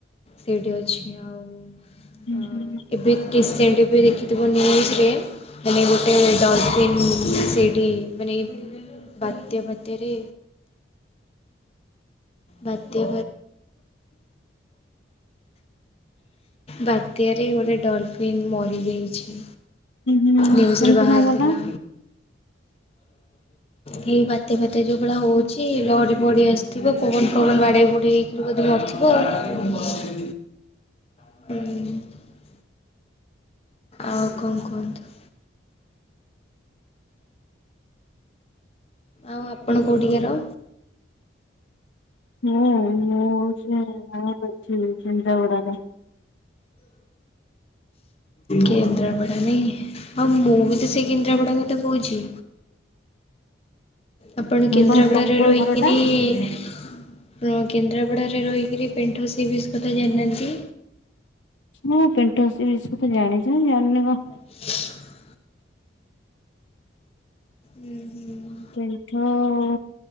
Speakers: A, on the left; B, on the left.
A: ସେଇଠି ଅଛି ଆଉ
B: ହୁଁ
A: ଏବେ ରିସେଣ୍ଟ ବି ଦେଖିଥିବ ନ୍ୟୁଜରେ ମାନେ ଗୋଟେ ଡଲଫିନ୍ ସେଇଠି ମାନେ ବାତ୍ୟା ବାତ୍ୟାରେ ବାତ୍ଯା ବାତ୍ୟାରେ ଗୋଟେ ଡଲଫିନ୍ ମରିଯାଇଛି।
B: ହୁଁ
A: ନ୍ୟୁଜରେ
B: କେମିତି
A: ବାହାରଥିଲା
B: କଣ ଗଲା?
A: କି ବାତ୍ଯା ଫା ଏ ଯଉଗୁଡା ହଉଚି ଲହଡି ପହଡି ଆସିଥିବ। ପବନ ଫବନ ବାଡେଇ ବୁଡେଇ ହେଇକିରି ବଧି ମରିଥିବ ଆଉ। ହୁଁ। ଆଉ କଣ୍ କୁହନ୍ତୁ? ଆଉ ଆପଣ କଉଠିକାର?
B: ମୁଁ -ମୁଁ ହଉଚି। <unintelligible>
A: କେନ୍ଦ୍ରାପଡା ନାଇ? ହଁ ମୁଁ ବି ତ ସେଇ କେନ୍ଦ୍ରାପଡା କଥା କହୁଚି। ଆପଣ
B: ମୁଁ
A: କେନ୍ଦ୍ରାପଡାରେ
B: କଣ ପ୍ରପର
A: ରହିକିନି
B: ଘରଟା
A: ଆପଣ କେନ୍ଦ୍ରାପଡାରେ ରହିକିରି ପେଣ୍ଠ ସି ବିଚ୍ କଥା ଜାଣିନାହାନ୍ତି।
B: ମୁଁ ପେଣ୍ଠ ସି ବିଚ୍ କଥା ଜାଣିଚି ନା ଜାଣିନି କଣ୍।
A: ହ ଉଁ- ହୁଁ।
B: ପେଣ୍ଠ ଆଉ